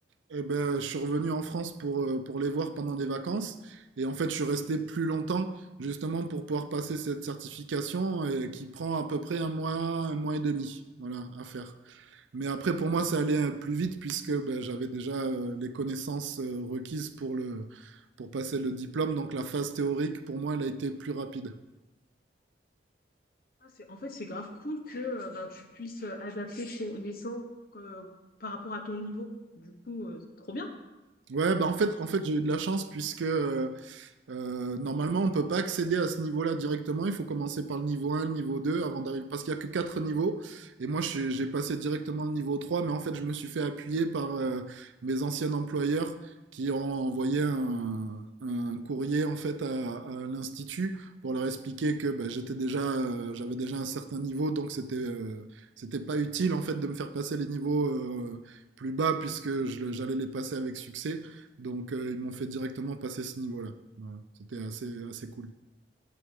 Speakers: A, on the right; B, on the left.
A: Eh ben, je suis revenu en France pour, euh, pour les voir pendant des vacances. Et en fait, je suis resté plus longtemps, justement, pour pouvoir passer cette certification euh, qui prend à peu près un mois, un mois et demi, voilà, à faire. Mais après, pour moi, ça allait euh, plus vite puisque ben, j'avais déjà euh, les connaissances euh, requises pour le, pour passer le diplôme. Donc, la phase théorique, pour moi, elle a été plus rapide.
B: Ah, c'est, en fait, c'est grave cool que euh, ben, tu puisses euh, adapter ton- les sons euh, par rapport à ton niveau. Du coup, euh, trop bien,
A: Ouais, bah en fait, en fait, j'ai eu de la chance puisque euh, Euh, normalement, on ne peut pas accéder à ce niveau-là directement. Il faut commencer par le niveau un, le niveau 2, avant d'arriver. Parce qu'il y a que quatre niveaux. Et moi, j'ai passé directement le niveau 3, mais en fait, je me suis fait appuyer par euh, mes anciens employeurs qui ont envoyé un, un courrier en fait à, à l'institut pour leur expliquer que bah, j'étais déjà, euh, j'avais déjà un certain niveau, donc c'était euh, c'était pas utile en fait de me faire passer les niveaux euh, plus bas puisque j'allais les passer avec succès. Donc euh, ils m'ont fait directement passer ce niveau-là. Voilà, C'était assez, assez cool.